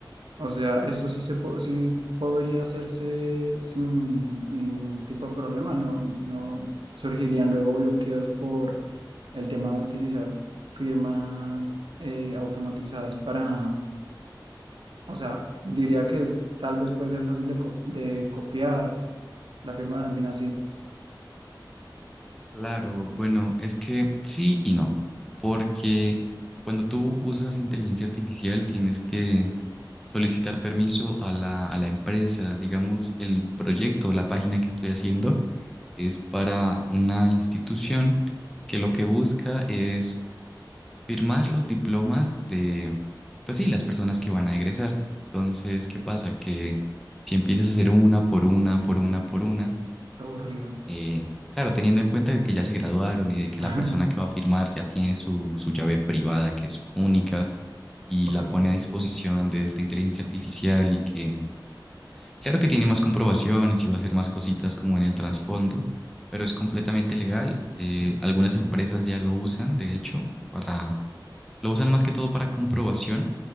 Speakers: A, on the right; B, in the centre.
A: O sea, eso sí se po- sí podría hacerse sin ningún tipo de problema, no, no surgirían luego bloqueos por el tema de utilizar firmas eh, automatizadas para, o sea, diría que es, tal vez puede ser fácil de, co- de copiar la firma de alguien así.
B: Claro, bueno, es que sí y no, porque cuando tú usas inteligencia artificial tienes que solicitar permiso a la, a la empresa. Digamos, el proyecto o la página que estoy haciendo es para una institución que lo que busca es firmar los diplomas de, pues sí, las personas que van a egresar. Entonces, ¿qué pasa? Que si empiezas a hacer una por una, por una, por una,
A: Qué Aburrido.
B: eh, claro, teniendo en cuenta de que ya se graduaron y de que
A: <laughs>
B: la persona que va a firmar ya tiene su, su llave privada, que es única, y
A: Ok.
B: la pone a disposición de esta inteligencia artificial y que, claro que tiene más comprobaciones y va a hacer más cositas como en el trasfondo, pero es completamente legal. Eh, algunas empresas ya lo usan, de hecho, para, lo usan más que todo para comprobación.